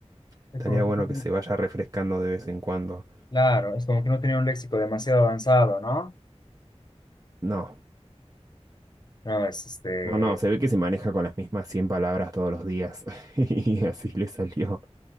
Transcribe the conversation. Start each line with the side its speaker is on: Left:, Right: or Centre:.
Left: Es
Right: estaría
Left: como que
Right: bueno
Left: no, tiene-
Right: que se vaya refrescando de vez en cuando.
Left: claro, es como que no tenía un léxico demasiado avanzado, ¿no?
Right: No,
Left: No, es este.
Right: no, no, se ve que se maneja con las mismas 100 palabras todos los días <laughs> y así le salió.